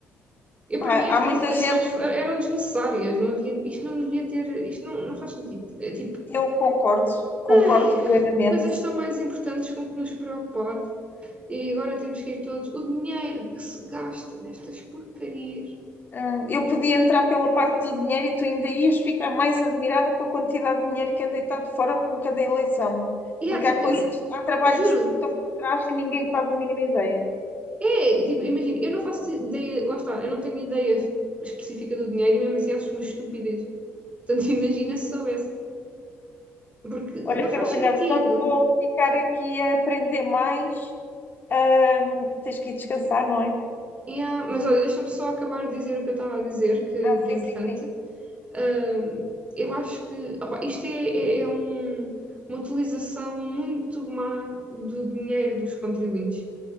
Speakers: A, on the right; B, on the left.
A: Eu,
B: Pá,
A: para mim, estas
B: há muita
A: eleições
B: gente
A: eram desnecessárias, não havia, isto não devia ter, isto não, não faz sentido. É tipo,
B: Eu concordo, concordo
A: ai,
B: plenamente.
A: coisas tão mais importantes com que nos preocupar e agora temos que ir todos. O dinheiro que se gasta nestas porcarias.
B: Hum, Eu podia entrar pela parte do dinheiro e tu ainda ias ficar mais admirada com a quantidade de dinheiro que é deitado fora com cada eleição,
A: E
B: porque
A: há, tipo,
B: há coisas, há trabalhos
A: juro,
B: que estão por trás que ninguém faz a mínima ideia.
A: é, tipo, imagina, eu não faço ideia, lá está, eu não tenho ideia específica do dinheiro e mesmo assim acho uma estupidez. Portanto, <laughs> imagina se soubesse, porque
B: Olha,
A: não faz
B: Carolina,
A: sentido.
B: não te vou ficar aqui a aprender mais. Hum, tens que ir descansar, não é?
A: Yeah, mas olha, deixa-me só acabar de dizer o que eu estava a dizer, que,
B: Ah, sim,
A: que é importante.
B: sim, sim.
A: Ahm, eu acho que opa, isto é, é- é um- uma utilização muito má do dinheiro dos contribuintes.